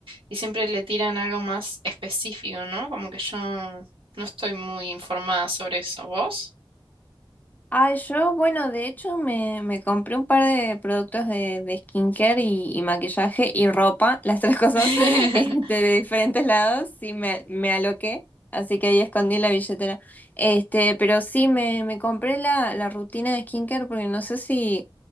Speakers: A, on the right (about 75°); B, on the left (about 20°).
A: Y siempre le tiran algo más específico, ¿no? Como que yo no estoy muy informada sobre eso. ¿Vos?
B: Ah, yo, bueno, de hecho me, me compré un par de productos de, de skincare y, y maquillaje y ropa, <laughs> las tres cosas,
A: <laughs>
B: <laughs> este, de diferentes lados, sí me, me aloqué, así que ahí escondí la billetera. Este, pero sí me, me compré la, la rutina de skincare porque no sé si,